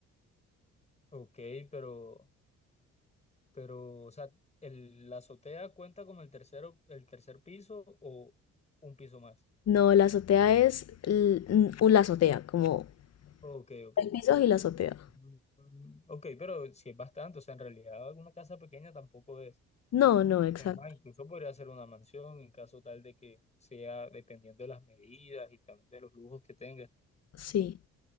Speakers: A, on the left; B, on the left.
A: Ok, pero Pero, o sea, el, ¿la azotea cuenta como el tercero, el tercer piso o un piso más?
B: No, la azotea es l- n- un- la azotea, como
A: Ok, ok.
B: tres pisos y la azotea.
A: Mm, Ok, pero si es bastante, o sea, en realidad una casa pequeña tampoco es.
B: No, no, exacto,
A: Es más, incluso podría ser una mansión en caso tal de que sea dependiendo de las medidas y también de los lujos que tenga.
B: sí.